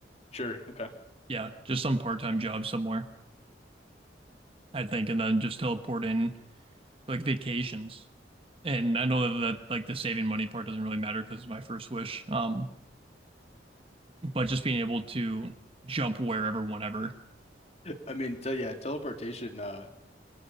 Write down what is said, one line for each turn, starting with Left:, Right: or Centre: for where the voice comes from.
Left: Sure. Okay.
Right: Yeah, just some part-time job somewhere, I think, and then just teleport in like vacations. And I know that, that like the saving money part doesn't really matter because it's my first wish. Um, but just being able to jump wherever, whenever.
Left: I mean, te yeah, teleportation, uh,